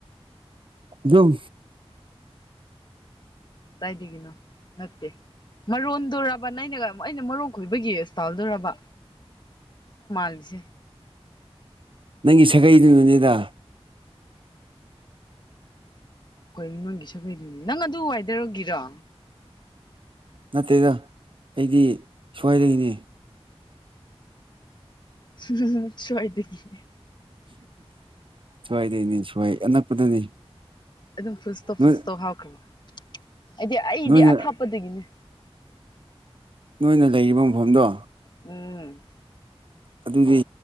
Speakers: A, on the right (about 55°); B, on the left (about 45°).
A: ꯗꯨꯝ
B: ꯀꯗꯥꯏꯗꯒꯅꯣ ꯃꯠꯇꯦ ꯃꯔꯣꯟꯗꯨꯣꯔꯕ ꯅꯩꯅꯒ ꯑꯩꯅ ꯃꯔꯣꯟ ꯈꯣꯏꯕꯒꯤ ꯏꯁꯇꯥꯜꯗꯣꯔꯕ <unintelligible> <unintelligible>
A: ꯅꯪꯒꯤ ꯁꯥꯒꯩꯗꯨꯅꯅꯦꯗ
B: ꯀꯣꯏ ꯅꯪꯒꯤ ꯁꯒꯩꯗꯨꯅꯦ ꯅꯪ ꯑꯗꯨ ꯋꯥꯏꯗꯔꯒꯤꯔꯣ
A: ꯅꯠꯇꯦꯗ ꯑꯩꯗꯤ ꯁ꯭ꯋꯥꯏꯗꯒꯤꯅꯤ
B: <unintelligible> ꯁ꯭ꯋꯥꯗꯒꯤꯅꯦ
A: ꯁ꯭ꯋꯥꯏꯗꯩꯅꯤ ꯁ꯭ꯋꯥꯏ ꯑꯅꯛꯄꯗꯅꯤ
B: ꯑꯗꯨꯝ ꯐꯨꯁꯇꯧ
A: ꯅꯣꯏ
B: ꯐꯨꯁꯇꯧ ꯍꯥꯎꯈ꯭ꯔꯕ ꯍꯥꯏꯗꯤ ꯑꯩꯗꯤ
A: ꯅꯣꯏꯅ
B: ꯑꯊꯥꯞꯄꯗꯒꯤꯅꯦ
A: ꯅꯣꯏꯅ ꯂꯩꯔꯤꯕ ꯃꯐꯝꯗꯣ
B: ꯎꯝ
A: ꯑꯗꯨꯗꯤ